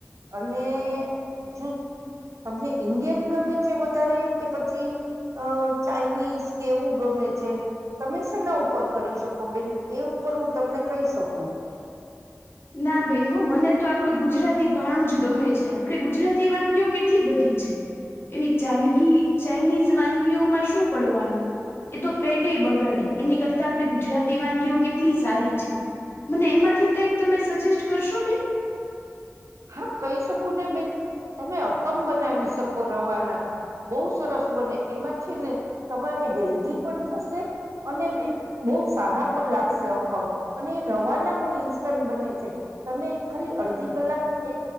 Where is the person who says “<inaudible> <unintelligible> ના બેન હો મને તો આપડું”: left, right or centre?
Left